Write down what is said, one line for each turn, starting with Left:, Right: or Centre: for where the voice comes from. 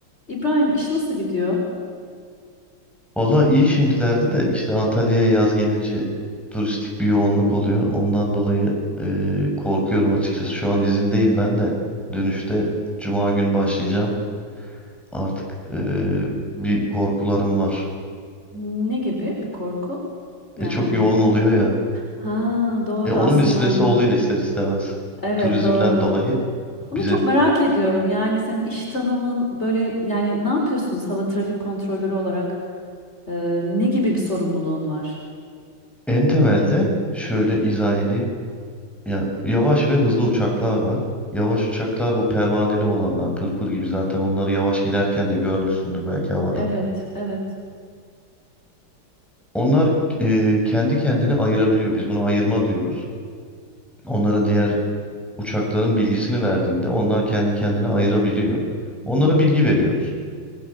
Left: İbrahim iş nasıl gidiyor?
Centre: Valla iyi şimdilerde de işte Antalya'ya yaz gelince turistik bir yoğunluk oluyor. Ondan dolayı eee, korkuyorum açıkçası. Şu an izindeyim ben de. Dönüşte Cuma gün başlayacağım. Artık eee, bir korkularım var.
Left: Ne gibi bir korku? Yani
Centre: E, çok yoğun oluyor ya.
Left: ha doğru
Centre: E, onun
Left: aslında.
Centre: bir stresi oluyor ister istemez.
Left: Evet
Centre: Turizmden
Left: doğru.
Centre: dolayı
Left: Ama
Centre: bize
Left: çok merak ediyorum yani senin iş tanımın böyle yani ne yapıyorsunuz hava trafik kontrolörü olarak? Ee, ne gibi bir sorumluluğun var?
Centre: en temelde şöyle izah edeyim. Ya yavaş ve hızlı uçaklar var. Yavaş uçaklar bu pervaneli olanlar, pırpır gibi zaten onları yavaş giderken de görmüşsündür belki havada.
Left: Evet, evet.
Centre: Onlar e, kendi kendini ayırabiliyor. Biz buna ayırma diyoruz. Onlara diğer uçakların bilgisini verdiğinde onlar kendi kendine ayırabiliyor.
Left: Hmm,
Centre: Onlara bilgi veriyoruz.